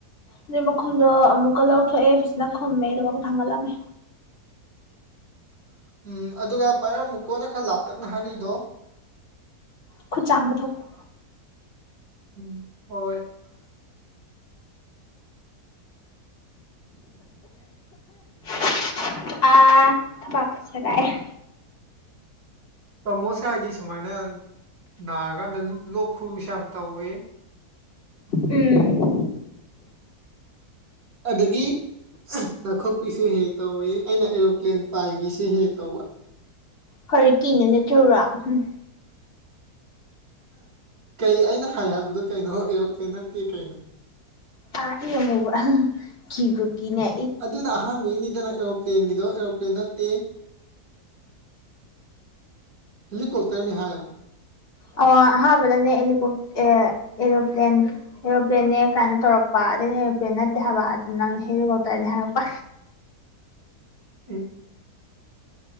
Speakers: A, on the left (about 40°); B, on the right (about 70°).
A: ꯑꯗꯨꯏ ꯃꯈꯨꯝꯗꯣ ꯑꯃꯨꯛꯀ ꯂꯧꯊꯣꯛꯑꯦ ꯐꯖꯅ ꯈꯨꯝꯃꯦ ꯑꯗꯨꯒ ꯑꯃꯨꯛ ꯊꯥꯡꯒꯠꯂꯝꯃꯦ
B: ꯎꯝ ꯑꯗꯨꯒ ꯄꯥꯏꯔꯝ ꯃꯨꯀꯣꯟꯅ ꯈꯔ ꯂꯥꯞꯇꯛꯅ ꯍꯥꯏꯔꯤꯗꯣ
A: ꯈꯨꯠ ꯆꯥꯝꯕ ꯊꯣꯛꯄ
B: ꯎꯝ ꯍꯣꯏ
A: <unintelligible> ꯑꯥ ꯊꯕꯥꯛꯀ ꯁꯦꯒꯥꯏꯌꯦ
B: ꯇꯥꯃꯣꯁꯦ ꯍꯥꯏꯗꯤ ꯁꯨꯃꯥꯏꯅ ꯅꯥꯔꯀꯥꯟꯗ ꯂꯣ ꯂꯣꯛ ꯈꯨꯕꯤꯁꯦ ꯌꯥꯝ ꯇꯧꯋꯦ
A: ꯎꯝ
B: ꯑꯗꯒꯤ ꯅꯥꯈꯣꯛꯄꯤꯁꯨ ꯍꯦꯛ ꯇꯧꯋꯦ ꯑꯩꯅ ꯑꯦꯔꯣꯄ꯭ꯂꯦꯟ ꯄꯥꯏꯕꯤꯁꯦ ꯍꯦꯍꯦꯛ ꯇꯧꯕ
A: ꯐꯔꯦꯀꯤꯅꯣ ꯅꯊꯧꯔꯣ ꯍꯨꯝ
B: ꯀꯩ ꯑꯩꯅ ꯍꯥꯏ ꯍꯥꯏꯕꯗꯣ ꯀꯩꯅꯣ ꯑꯦꯔꯣꯄ꯭ꯂꯦꯟ ꯅꯠꯇꯦ ꯀꯩꯅꯣ
A: ꯑꯥ ꯏ ꯑꯃꯨꯕ ꯀꯤꯕꯨ ꯀꯤꯅꯦ
B: ꯑꯗꯨꯅ ꯑꯍꯥꯟꯕꯩꯅꯤꯗꯅ ꯑꯦꯔꯣꯞ ꯄ꯭ꯂꯦꯟꯒꯤꯗꯣ ꯑꯦꯔꯣꯄ꯭ꯂꯦꯟ ꯅꯠꯇꯦ ꯍꯦꯂꯤꯀꯣꯞ ꯇꯔꯅꯤ ꯍꯥꯏꯕ
A: ꯑꯣ ꯑꯍꯥꯟꯕꯅꯅꯦ ꯑꯦꯂꯤꯀꯣ ꯑꯦ ꯑꯦꯔꯣꯄ꯭ꯂꯦꯟ ꯑꯦꯔꯣꯄ꯭ꯂꯦꯟꯅꯦ ꯀꯥꯏꯅ ꯇꯧꯔꯛꯄ ꯑꯗꯩ ꯑꯩꯅ ꯑꯦꯔꯣꯄ꯭ꯂꯦꯟ ꯅꯠꯇꯦ ꯍꯥꯏꯕ ꯑꯗꯨ ꯅꯪꯅ ꯍꯦꯂꯤꯀꯣꯞꯇꯔꯅꯦ ꯍꯥꯏꯔꯛꯄ
B: ꯎꯍ